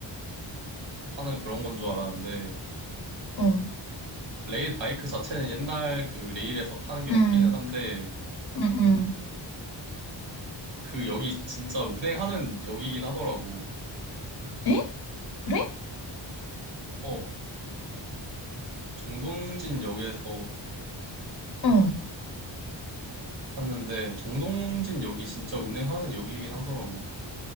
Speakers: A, on the right; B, on the left.
A: 타는 그런 건 줄 알았는데
B: 어.
A: 아, 레일 바이크 자체는 옛날 그 레일에서 타는 게
B: 응.
A: 맞기는 한데
B: 응. 응.
A: 그 역이 진짜 운행하는 역이긴 하더라고.
B: 에? 그래?
A: 어, 정동진 역에서
B: 어.
A: 탔는데 정동진 역이 진짜 운행하는 역이긴 하더라고.